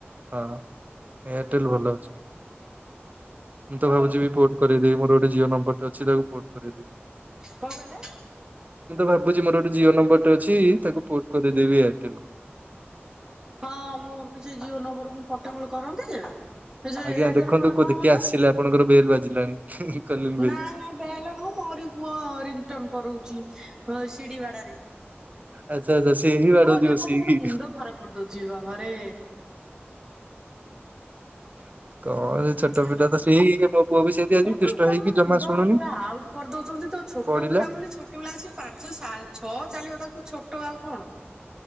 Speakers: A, on the right; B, on the right.
A: ହଁ ଏୟାରଟେଲ ଭଲ ଅଛି। ମୁଁ ତ ଭାବୁଛି ବି ପୋଟ କରେଇଦେବି, ମୋର ଗୋଟେ ଜିଓ ନମ୍ବରଟା ଅଛି ତାକୁ ପୋଟ କରେଇଦେବି।
B: କଣ କହିଲେ?
A: ଭାବୁଛି ମୋର ଗୋଟେ ଜିଓ ନମ୍ବର ଟେ ଅଛି, ତାକୁ ପୋଟ କରିଦେବି ଏୟାରଟେଲକୁ।
B: ହଁ ମୋର ବି ସେ ଜିଓ ନମ୍ବରକୁ ମୁଁ ପୋର୍ଟଏବଲ କରନ୍ତି ଯେ ସେ ଯୋଉ
A: ଆଜ୍ଞା
B: ଏୟାରଟେଲ
A: ଦେଖନ୍ତୁ
B: କଲେ କଣ
A: ବୋଧେ
B: କହିଲ
A: କିଏ ଆସିଲେ, ଆପଣଙ୍କର ବେଲ ବାଜିଲାଣି। Calling bell.
B: ନାଇଁ ନାଇଁ ବେଲ ନୁହଁ ମୋରି ପୁଅ ରିଂଟୋନ କରଉ ଛି ସିଡି ବାଡ଼ାରେ,
A: ଆଚ୍ଛା ଆଚ୍ଛା ସେ ହିଁ
B: କୁହନି
A: ବାଡଉଚି ବସିକି।
B: କୁହନି ଖାଲି ମୁଣ୍ଡ ଖରାପ କରିଦଉ ଚି ବାବାରେ
A: ହ କଣ ସେ ଛୋଟ
B: ହ୍ୟାଲୋ।
A: ପିଲା ତ ସେଇ, ହେଇ ମୋ ପୁଅ ବି ସେମିତି ଆଜି
B: ଛୋଟ
A: ଦୁଷ୍ଟ
B: ପିଲାମାନେ
A: ହେଇକି ଜମା
B: ମୁଣ୍ଡ
A: ଶୁଣୁନି।
B: ପୁରା ଆଉଟ୍ କରିଦଉଛନ୍ତି ତ ଛୋଟ
A: ପଢିଲା
B: ପିଲା ବୋଲି ଛୋଟ ପିଲା ଆସି, ପାଞ୍ଚ ଛଅ ଚାଲିବ ତାକୁ ଛୋଟ ଆଉ କଣ?